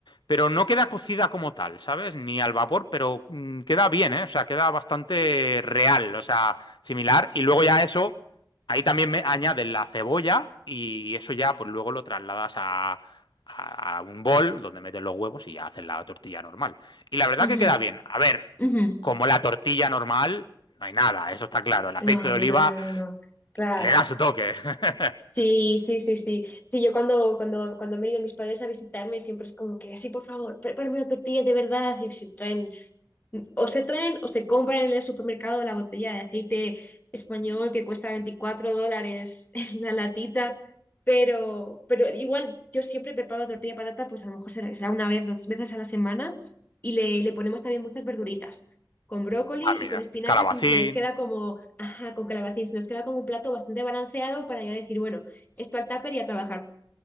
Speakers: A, on the left; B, on the left.
A: pero no queda cocida como tal, ¿sabes? Ni al vapor, pero mm, queda bien, ¿eh? O sea, queda bastante real, o sea, similar. Y luego ya eso, ahí también me añades la cebolla y eso ya, pues luego lo trasladas a, a un bol donde metes los huevos y ya haces la tortilla normal. Y la verdad
B: ujú,
A: que queda bien. A ver,
B: ujú.
A: como la tortilla normal, no hay nada, eso está claro. El aceite
B: No,
A: de
B: no,
A: oliva
B: no, no, no. Claro.
A: le da su toque. <laughs>
B: Sí, sí, sí, sí. Sí, yo cuando, cuando, cuando han venido mis padres a visitarme siempre es como que, sí, por favor, prepárame una tortilla de verdad. Y se traen O se traen o se compran en el supermercado la botella de aceite español que cuesta 24 dólares <laughs> en la latita, pero, pero igual yo siempre preparo tortilla de patata, pues a lo mejor será será una vez, dos veces a la semana y le, le ponemos también muchas verduritas, con brócoli
A: ah, mira,
B: y con espinacas
A: calabacín.
B: y se nos queda como, ajá, con calabacín, se nos queda como un plato bastante balanceado para ya decir, bueno, esto al tupper y a trabajar,